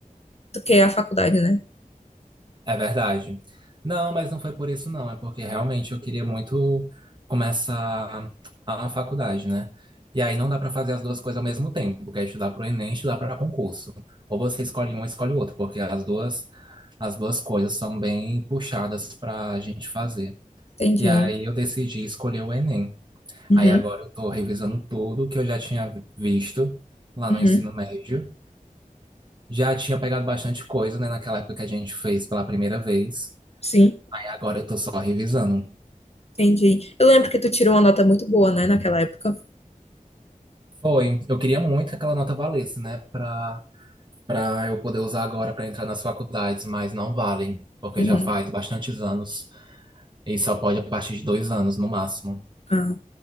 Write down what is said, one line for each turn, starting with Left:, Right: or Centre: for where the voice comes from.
Left: do que a faculdade, né?
Right: É verdade. Não, mas não foi por isso, não. É porque realmente eu queria muito começar a faculdade, né? E aí não dá para fazer as duas coisas ao mesmo tempo, que é estudar para o Enem e estudar para concurso. Ou você escolhe um, ou escolhe o outro, porque as duas, as duas coisas são bem puxadas para a gente fazer.
Left: Entendi.
Right: E aí eu decidi escolher o Enem.
Left: Uhum,
Right: Aí agora eu estou revisando tudo que eu já tinha visto lá
Left: uhum.
Right: no ensino médio. Já tinha pegado bastante coisa, né, naquela época que a gente fez pela primeira vez.
Left: Sim.
Right: Aí agora eu tô só revisando.
Left: Entendi. Eu lembro que tu tirou uma nota muito boa, né, naquela época.
Right: Foi. Eu queria muito que aquela nota valesse, né? Pra, pra eu poder usar agora pra entrar nas faculdades, mas não vale, porque
Left: Uhum.
Right: já faz bastantes anos e só pode a partir de dois anos no máximo.
Left: Ah,